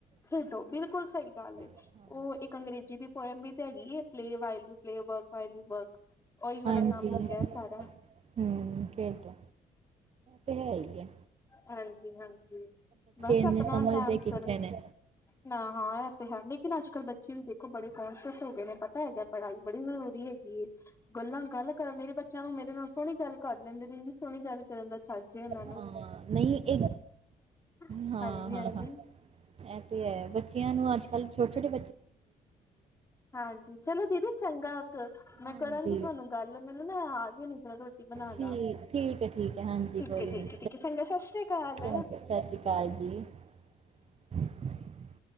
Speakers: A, on the left; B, on the right.
A: ਖੇਡੋ ਬਿਲਕੁਲ ਸਹੀ
B: ਹਾਂਜੀ
A: ਉਹ ਇੱਕ ਅੰਗਰੇਜ਼ੀ ਦੀ ਪੋਇਮ ਵੀ ਤਾਂ ਹੈਗੀਏ play while play work while you work ਉਹੀ ਵਾਲਾ
B: ਹਾਂਜੀ
A: ਕੰਮ ਹੋ
B: ਹਮ
A: ਗਿਆ ਸਾਰਾ
B: ਕਿ ਤ ਤੇ ਹੈ ਹੀ ਆ
A: ਹਾਂਜੀ ਹਾਂਜੀ ਬਸ
B: ਇੰਨੇ
A: ਆਪਣਾ
B: ਸਮਝਦੇ
A: ਟੈਮਸ
B: ਕਿੱਥੇ ਨੇ
A: ਨਾ ਹਾਂ ਇਹ ਤੇ ਹੈ ਲੇਕਿਨ ਅੱਜ ਕੱਲ ਬੱਚੇ ਵੀ ਦੇਖੋ ਬੜੇ ਕੋਂਸ਼ਅਸ ਹੋ ਗਏ ਨੇ ਤਾ ਹੈਗਾ ਪੜ੍ਹਾਈ ਬੜੀ ਜ਼ਰੂਰੀ ਹੈਗੀ ਗੱਲਾਂ ਗੱਲ ਕਰਨ ਮੇਰੇ ਬੱਚਿਆਂ ਨੂੰ ਮੇਰੇ ਨਾਲ ਸੋਹਣੀ ਗੱਲ ਕਰ ਲੈਂਦੇ ਨੇ ਇੰਨੀ ਸੋਹਣੀ ਗੱਲ ਕਰਨ ਦਾ ਛੱਜੀੇ ਉਹਨਾਂ ਨੇ
B: ਹਾਂ ਨਹੀਂ ਇਹ
A: ਹਾਂਜੀ-ਹਾਂਜੀ
B: ਹਾਂ ਹਾਂ ਹਾਂ
A: ਹਾਂਜੀ ਹਾਂਜੀ
B: ਇਹ ਤੇ ਹੈ ਬੱਚਿਆਂ ਨੂੰ ਅੱਜ ਕੱਲ ਛੋਟੇ-ਛੋਟੇ
A: ਹਾਂਜੀ ਚਲੋ ਦੀਦੀ ਚੰਗਾ ਮੈਂ
B: ਹਾਂਜੀ
A: ਕਰਾਂਗੀ ਤੁਹਾਨੂੰ ਗੱਲ ਮੈਨੂੰ ਨਾ ਆ ਗ ਨ ਸੀ ਰੋਟੀ ਬਣਾ
B: ਠੀਕ
A: ਦਾ
B: ਠੀਕ ਹੈ ਠੀਕ ਹੈ ਹਾਂਜੀ
A: ਠੀਕ
B: ਕੋਈ
A: ਹੈ
B: ਨਹੀਂ
A: ਠੀਕ ਚੰਗਾ ਸਤਿ ਸ੍ਰੀ ਅਕਾਲ
B: ਚੰਗਾ ਸਤਿ ਸ਼੍ਰੀ ਅਕਾਲ ਜੀ <inaudible>